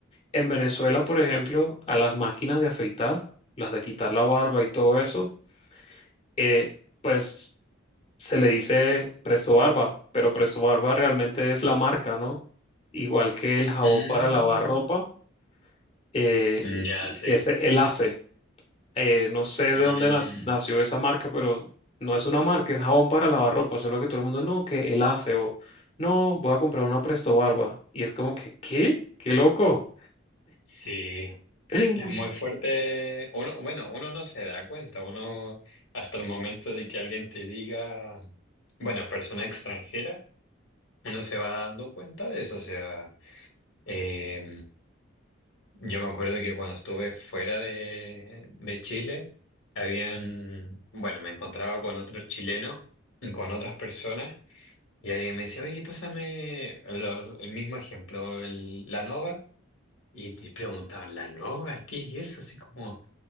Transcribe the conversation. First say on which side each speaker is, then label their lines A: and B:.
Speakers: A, on the left (about 30°); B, on the left (about 80°).
A: En Venezuela, por ejemplo, a las máquinas de afeitar, las de quitar la barba y todo eso, eh, pues se le dice Presto Barba, pero Presto Barba realmente es la marca, ¿no? Igual que el jabón
B: Mm,
A: para lavar ropa, eh,
B: ya, sí.
A: que es el ACE eh, no sé
B: Mm,
A: de dónde na- nació esa marca, pero no es una marca, es jabón para lavar ropa, solo que todo el mundo, no, que el hace o no, voy a comprar una Presto Barba. Y es como que, ¿qué? ¡Qué loco!
B: sí.
A: <laughs>
B: Es muy fuerte. Uno, bueno, uno no se da cuenta, uno hasta el momento de que alguien te diga, bueno, persona extranjera, uno se va dando cuenta de eso. O sea, eh, yo me acuerdo que cuando estuve fuera de, de Chile, habían, bueno, me encontraba con otros chilenos, con otras personas, y alguien me decía, oye, pásame lo- el mismo ejemplo, el- la nova, y te preguntaban, ¿la nova? ¿Qué es eso? Así como.